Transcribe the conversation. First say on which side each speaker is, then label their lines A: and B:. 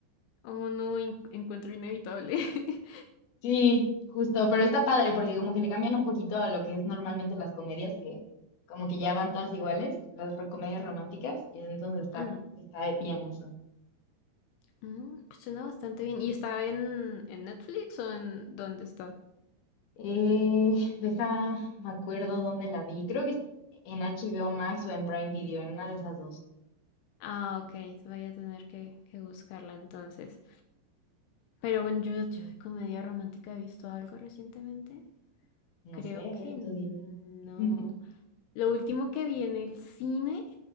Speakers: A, on the left (about 85°); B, on the left (about 60°).
A: Oh, no, en- encuentro inevitable. <laughs>
B: Sí, justo, pero está padre porque como que le cambian un poquito a lo que es normalmente las comedias que como que ya van todas iguales, las ro- comedias románticas, y entonces está
A: Mm,
B: está bien eso.
A: mm, pues suena bastante bien. ¿Y está en, en Netflix o en dónde está?
B: Eh, deja, me acuerdo dónde la vi. Creo que es en HBO Max o en Prime Video, en una de esas dos.
A: Ah, ok, voy a tener que, que buscarla entonces. Pero bueno, yo, yo de comedia romántica he visto algo recientemente.
B: No
A: Creo
B: sé, a
A: que
B: ver, tú
A: no.
B: dime. <laughs>
A: Lo último que vi en el cine